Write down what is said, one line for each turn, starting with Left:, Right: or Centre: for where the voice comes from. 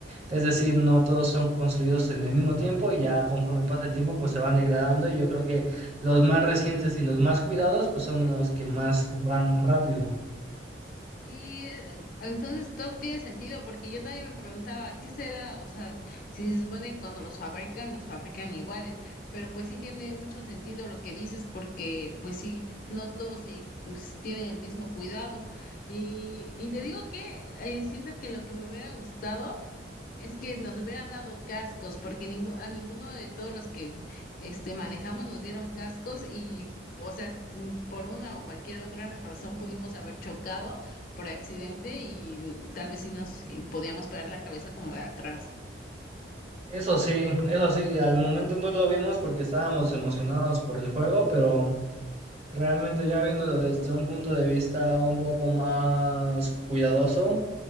Right: Es decir, no todos son construidos en el mismo tiempo y ya conforme pasa el tiempo pues se van degradando y yo creo que los más recientes y los más cuidados pues son los que más van rápido.
Left: Sí, eh, entonces todo tiene sentido, porque yo también me preguntaba, ¿qué será? O sea, si se supone que cuando los fabrican, los fabrican iguales, pero pues sí tiene mucho sentido lo que dices, porque pues sí, no todos sí, pues, tienen el mismo cuidado. Y, y te digo que eh, siento que lo que me hubiera gustado es que nos hubieran dado cascos, porque ningu- a ninguno de todos los que este manejamos nos dieron cascos y, o sea, mm, por una o cualquier otra razón pudimos haber chocado por accidente y mm, tal vez sí nos y podíamos parar la cabeza como de atrás.
Right: Eso sí, eso sí, al momento no lo vimos porque estábamos emocionados por el juego, pero realmente ya viéndolo desde un punto de vista un poco más cuidadoso,